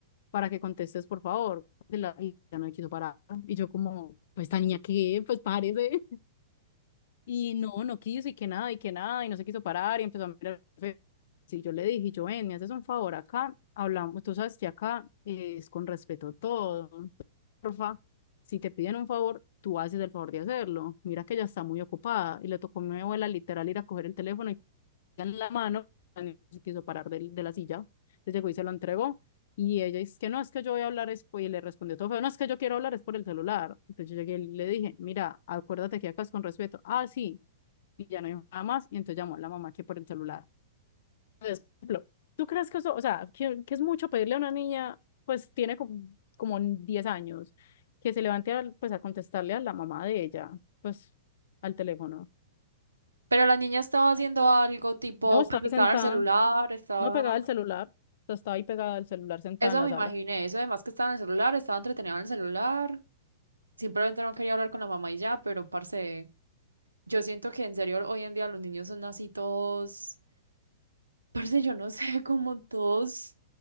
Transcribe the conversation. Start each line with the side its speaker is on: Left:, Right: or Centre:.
Left: para que contestes, por favor, y la- y ella no me quiso parar, y yo como, pues esta niña qué, pues parece, y no, no quiso y que nada, y que nada, y no se quiso parar y empezó a mirar. al fe- Sí, yo le dije, yo ven, me haces un favor acá, hablamos, tú sabes que acá es con respeto todo. Porfa, si te piden un favor, tú haces el favor de hacerlo. Mira que ella está muy ocupada y le tocó a mi abuela literal ir a coger el teléfono y en la mano, no se quiso parar de, de la silla. Entonces llegó y se lo entregó. Y ella dice que no, es que yo voy a hablar, es por-", y le respondió todo feo, no, es que yo quiero hablar, es por el celular. Entonces yo llegué y le dije, mira, acuérdate que acá es con respeto. Ah, sí, y ya no dijo nada más, y entonces llamó a la mamá que por el celular. Entonces, por ejemplo, ¿tú crees que eso, o sea, que, que es mucho pedirle a una niña, pues tiene como, como 10 años, que se levante a, pues, a contestarle a la mamá de ella, pues al teléfono?
Right: Pero la niña estaba haciendo algo tipo,
Left: No, estaba
Right: pues estaba
Left: ahí sentada,
Right: en el celular, estaba...
Left: no pegada al celular, o sea, estaba ahí pegada al celular sentada
Right: Eso
Left: en la
Right: me imaginé,
Left: sala.
Right: eso además que estaba en el celular, estaba entretenida en el celular. Simplemente no quería hablar con la mamá y ya, pero parce, yo siento que en serio hoy en día los niños son así todos... Parce, yo no sé, como todos